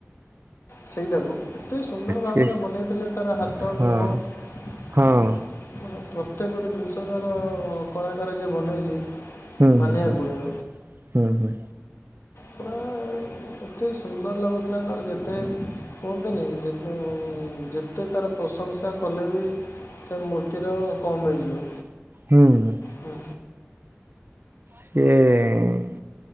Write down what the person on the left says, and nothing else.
ସେଇଟାକୁ ଏତେ ସୁନ୍ଦର ଭାବରେ
ବନେଇଥିଲେ ତାର ହାତ
ମୁହଁ ମାନେ
ପ୍ରତ୍ୟେକ ଗୋଟେ ଜିନ୍ଷ ତାର କଳାକାର ଯିଏ ବନେଇଛି
ମାନିବାକୁ
ପଡ଼ିବ
ପୁରା ଏତେ ସୁନ୍ଦର ଲାଗୁଥିଲା ତାର ଯେତେ କୁହନ୍ତିନେଇଁ ଯେ ଉଁ-ଉଁ-ଯେତେ ତାର ପ୍ରଶଂସା କଲେ ବି ସେ ମୂର୍ତ୍ତିର କମ୍ ହେଇଯିବ।
ହୁଁ,